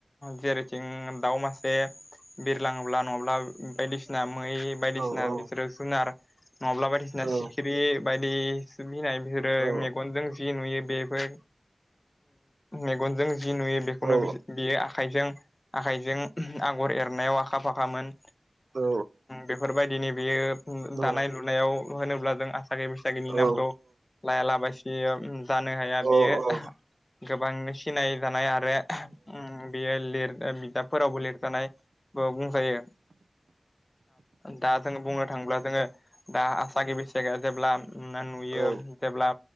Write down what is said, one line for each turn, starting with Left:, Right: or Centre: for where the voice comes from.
Left: जेरैथिं दाउ मासे बिरलाङोब्ला नङाब्ला बायदिसिना मै बायदिसिना
Right: औ औ
Left: बिसोरो जुनार नङाब्ला बायदिसिना
Right: औ
Left: सिखिरि बायदि बिनाय बिसोरो
Right: औ
Left: मेगनजों जि नुयो बेफोर मेगनजों जि नुयो बे बे बियो
Right: औ
Left: आखाइजों आखाइजों आगर एरनायाव आखा फाखामोन
Right: औ
Left: बेफोरबायदिनि बियो
Right: औ
Left: दानाय लुनायाव होनोब्ला जों आसा गि बैसागनि
Right: औ
Left: नामखौ लायालाबासिनो जानो हाया
Right: औ
Left: बियो
Right: औ
Left: गोबांनो सिनाय जानाय बेयो लिर बिदाबफोरावबो लिरजानायबो बुंजायो दा जोंङो बुंनो थाङोब्ला जोङो दा आसागि बैसागिया जेब्ला नुयो
Right: औ
Left: जेब्ला